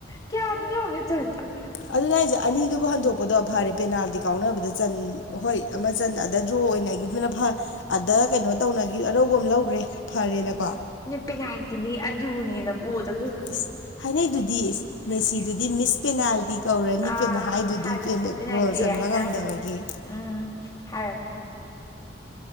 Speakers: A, on the left; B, on the left.
A: ꯀꯌꯥꯗꯅꯤꯅꯦ ꯆꯇꯥ
B: ꯑꯗꯨꯅ ꯑꯩꯁꯦ ꯑꯅꯤꯗꯨꯕꯨ ꯍꯟꯗꯣꯛꯄꯗꯣ ꯐꯔꯦ ꯄꯦꯅꯥꯜꯇꯤ ꯀꯥꯎꯅꯕꯗ ꯆꯟ ꯍꯣꯏ ꯆꯟ ꯑꯗ ꯗ꯭ꯔꯣ ꯑꯣꯏꯅꯈꯤꯕꯗꯨꯅ ꯐ ꯑꯗ ꯀꯩꯅꯣ ꯇꯧꯅꯒꯤ ꯑꯔꯧꯕ ꯑꯃ ꯂꯧꯈ꯭ꯔꯦ ꯐꯔꯦꯅꯀꯣ
A: ꯄꯦꯅꯥꯟꯇꯤꯅꯤ ꯑꯗꯨꯅꯦꯅ ꯕꯣꯠꯇꯁꯨ
B: ꯏꯁ ꯍꯥꯏꯅꯩꯗꯨꯗꯤ ꯃꯦꯁꯤꯗꯨꯗꯤ ꯃꯤꯁ ꯄꯦꯅꯥꯜꯇꯤ ꯇꯧꯔꯅꯤ
A: ꯑꯥ
B: ꯐꯦꯅ ꯍꯥꯏꯗꯨꯗꯤ
A: ꯍꯥꯏꯕꯅꯤ
B: ꯐꯦꯅ
A: ꯃꯤꯁ ꯄꯦꯅꯥꯜꯇꯤ
B: ꯒꯣꯜ ꯆꯟꯕ
A: ꯍꯥꯏꯅ
B: ꯉꯝꯗꯕꯒꯤ
A: ꯎꯝ ꯍꯥꯏꯔꯅꯤ